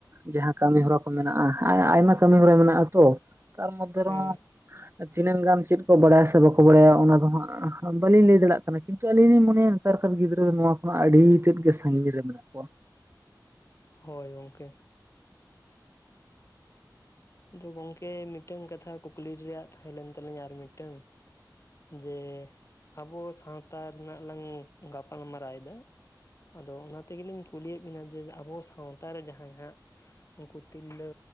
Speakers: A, on the right (about 35°); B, on the left (about 40°).
A: ᱡᱟᱦᱟᱸ ᱠᱟᱹᱢᱤ ᱦᱚᱨᱟ ᱠᱚ ᱢᱮᱱᱟᱜᱼᱟ᱾ ᱟᱭ ᱟᱭᱢᱟ ᱠᱟᱹᱢᱤ ᱦᱚᱨᱟ ᱢᱮᱱᱟᱜ ᱛᱚ ᱛᱟᱨ ᱢᱚᱫᱷᱮ
B: ᱦᱮᱸ
A: ᱨᱮᱦᱚ <unintelligible> ᱛᱤᱱᱟᱹᱱ ᱜᱟᱱ ᱪᱮᱫ ᱠᱚ ᱵᱟᱲᱟᱭᱟ ᱥᱮ ᱵᱟᱠᱚ ᱵᱟᱲᱟᱭᱟ ᱚᱱᱟ ᱫᱚ ᱦᱟᱸᱜ ᱵᱟᱞᱤᱧ ᱞᱟᱹᱭ ᱫᱟᱲᱮᱭᱟᱜ ᱠᱟᱱᱟ᱾ ᱠᱤᱱᱛᱩ ᱟᱹᱞᱤᱧ ᱞᱤᱧ ᱢᱚᱱᱮᱭᱟ ᱥᱟᱨᱠᱟᱨ ᱜᱤᱫᱽᱨᱟᱹ ᱫᱚ ᱱᱚᱣᱟ ᱠᱷᱚᱱᱟᱜ ᱟᱹᱰᱤ ᱛᱮᱫ ᱜᱮ ᱥᱟᱺᱜᱤᱧ ᱨᱮ ᱢᱮᱱᱟᱜ ᱠᱚᱣᱟ ᱾
B: ᱦᱳᱭ ᱜᱚᱢᱠᱮ᱾ ᱟᱫᱚ ᱜᱚᱝᱠᱮ ᱢᱤᱫᱴᱟᱝ ᱠᱟᱛᱷᱟ ᱠᱩᱠᱞᱤ ᱨᱮᱭᱟᱜ ᱛᱟᱦᱮᱸ ᱞᱮᱱ ᱛᱟᱞᱤᱧᱟ ᱟᱨ ᱢᱤᱫᱴᱟᱝ ᱡᱮ, ᱟᱵᱚ ᱥᱟᱶᱛᱟ ᱨᱮᱱᱟᱜ ᱞᱟᱝ ᱜᱟᱯᱟᱞᱢᱟᱨᱟᱣ ᱮᱫᱟ ᱟᱫᱚ ᱚᱱᱟ ᱛᱮᱜᱮᱞᱤᱧ ᱠᱩᱞᱤᱭᱮᱫ ᱵᱤᱱᱟ ᱡᱮ ᱟᱵᱚ ᱥᱟᱶᱛᱟ ᱨᱮ ᱡᱟᱦᱟᱸᱭ ᱦᱟᱸᱜ ᱩᱱᱠᱩ ᱛᱤᱨᱞᱟᱹ